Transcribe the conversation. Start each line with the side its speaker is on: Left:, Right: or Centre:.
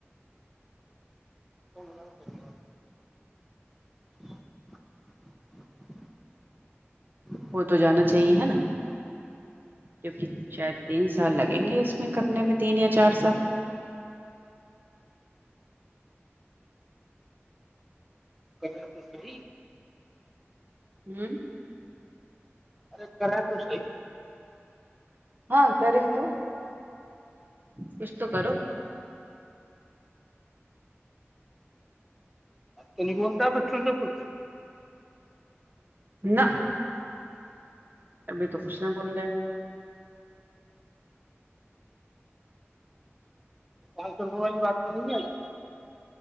Centre: تو ملال <unintelligible> <inaudible>
Right: ہو تو جانا چاہیے ہے نا کیونکہ شاید تین سال لگیں گے اس میں کرنے میں تین یا چار سال
Centre: کریں تو صحیح
Right: ہوں
Centre: ارے کرے تو صحیح
Right: ہاں کریں تو کچھ تو کرو
Centre: میں نہیں بولتا بچوں سے کچھ
Right: نہ ابھی تو کچھ نہ بولنا ہے
Centre: پانچ سو روپے والی بات نہیں آئی